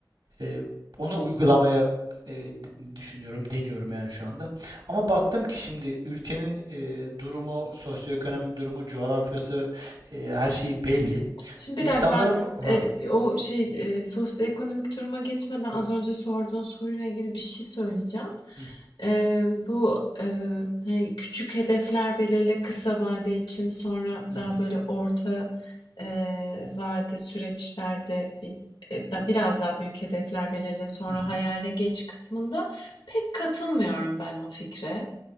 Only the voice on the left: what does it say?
Şimdi
bir dakika ben
e, o şey e, sosyoekonomik duruma geçmeden az önce sorduğun soruyla ilgili bir şey söyleyeceğim.
E, bu e, hani küçük hedefler belirle kısa vade için sonra
daha böyle orta e, vade süreçlerde bir, e, da, biraz daha büyük hedefler belirle sonra
hayale geç kısmında pek katılmıyorum ben o fikre.